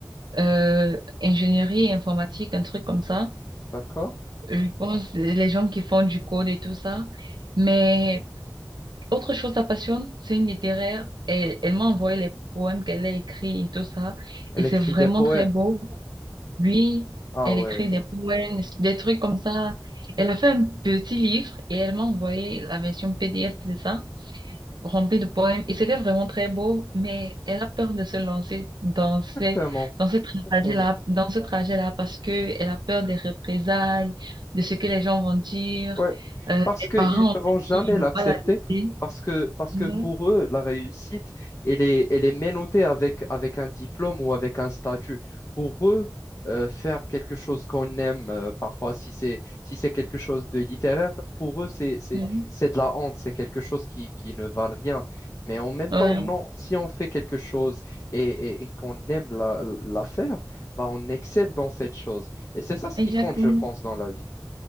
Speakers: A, on the right; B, on the left.
A: euh, ingénierie informatique, un truc comme ça.
B: D'accord?
A: je pense, les gens qui font du code et tout ça. Mais autre chose, sa passion, c'est une littéraire. Elle, elle m'a envoyé les poèmes qu'elle a écrits et tout ça.
B: Elle
A: Et c'est
B: écrit
A: vraiment
B: des poèmes.
A: très beau. Oui,
B: Ah
A: elle
B: ouais,
A: écrit des poèmes, des trucs comme ça. Elle a fait un petit livre et elle m'a envoyé la version PDF de ça remplie de poèmes et c'était vraiment très beau, mais elle a peur de se lancer dans ces,
B: exactement.
A: dans ce trajet-là,
B: Exactement.
A: dans ce trajet-là parce que elle a peur des représailles, de ce que les gens vont dire,
B: Ouais,
A: euh,
B: parce
A: les
B: qu'ils
A: parents aussi,
B: ne vont jamais
A: ils vont
B: l'accepter,
A: pas la laisser,
B: parce que, parce
A: disons.
B: que pour eux, la réussite, elle est, elle est menottée avec, avec un diplôme ou avec un statut. Pour eux, euh, faire quelque chose qu'on aime, euh, parfois si c'est, si c'est quelque chose de littéraire, pour eux, c'est, c'est,
A: Oui,
B: c'est de la honte, c'est quelque chose qui, qui ne valent rien. Mais en même
A: ouais,
B: temps, non, si on fait quelque chose et, et, et qu'on aime la, la faire, bah, on excelle dans cette chose. Et c'est ça ce
A: exactement.
B: qui compte, je pense, dans la vie.